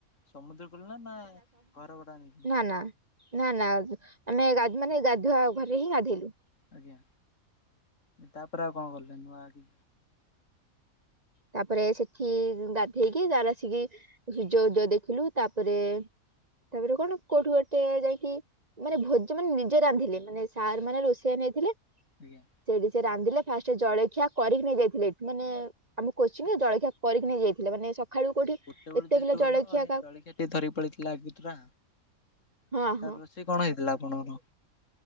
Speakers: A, on the left (about 60°); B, on the right (about 30°).
A: ସମୁଦ୍ର କୂଳରେନାଁ ଘରଭଡ଼ା ନେଇକି?
B: ନା ନା ନା ନା ଆମେ ଗା ମାନେ ଗାଧୁଆ ଘରେହିଁ ଗାଧେଇଲୁ।
A: ଆଜ୍ଞା ତାପରେ ଆଉ କଣ କଲେ ନୂଆ ଆକି
B: ତାପରେ ସେଠି ଗାଧେଇକି ତାପରେ ଆସିକି ସୂର୍ଯ୍ୟ ଉଦୟ ଦେଖିଲୁ ତାପରେ ତାପରେ କଣ କୋଉଠୁ ଗୋ ଟେ ଯାଇକି ମାନେ ଭୋଜ ମାନେ ନିଜେ ରାନ୍ଧିଲେ ମାନେ ସାର୍ ମାନେ ରୋଷେଇଆ ନେଇଥିଲେ
A: ଆଜ୍ଞା।
B: ସେଇଠିସେ ରାନ୍ଧିଲେ ଫାଷ୍ଟ ଜଳଖିଆ କରିକି ନେଇ ଯାଇଥିଲେ ଏଠି ମାନେ ଆମ କୋଚିଂରେ ଜଳଖିଆ କରିକି ନେଇ ଯାଇଥିଲେ ମାନେ ସକାଳୁ କୋଉଠି
A: ଗୋଟେ ବେଳୁ
B: ଏତେ
A: ଯେହେତୁ
B: ପିଲା
A: ଗଲ
B: ଜଳଖିଆ କାହାକୁ
A: ଜଳଖିଆ ଟିକେ ଧରିକି ପଳେଇଥିଲା ଆଗୁତୁରା
B: ହଁ
A: ତା
B: ହଁ
A: ରଷେଇ କଣ ହେଇଥିଲା ଆପଣଙ୍କର?